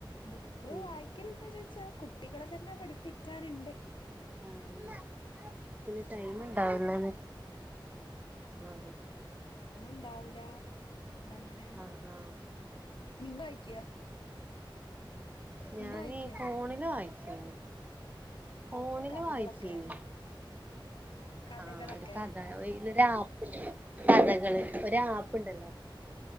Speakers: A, on the left; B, on the right.
A: ബുക്ക്
B: ഉം
A: വായിക്ക ഒരിക്കലുണ്ട ചോദിച്ചാ കുട്ടികളെ തന്നെ പഠിപ്പിക്കാണ്ട്
B: ആ പിന്നെ ടൈം ഉണ്ടാവുല ആ
A: അമ്മ ഇണ്ടാവെല അങ്ങനെയാണ്
B: ആഹ് ആഹ്
A: നിങ്ങ കഴക്കിയോ
B: ഞാന
A: വായിക്കോ
B: ഫോണില് വായിച്ചന് ഫോണില്
A: കഥകളൊക്കെ
B: വായിച്ചന്
A: കഥകളൊക്കെ
B: ആഹ് ഒരു കഥ ഇലൊ ആപ്പ് കഥകള് ഒരു ആപ്പ് ഉണ്ടല്ലോ